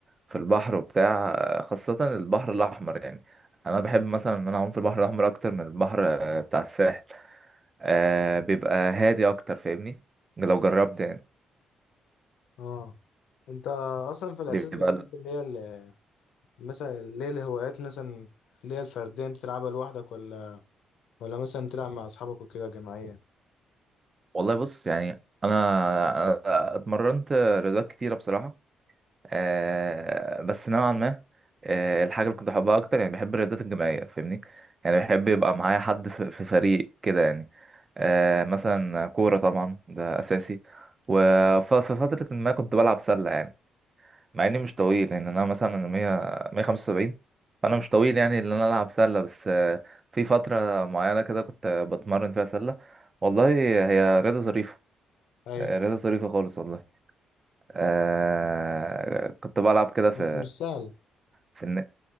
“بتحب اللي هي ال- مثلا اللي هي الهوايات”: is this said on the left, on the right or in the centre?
Left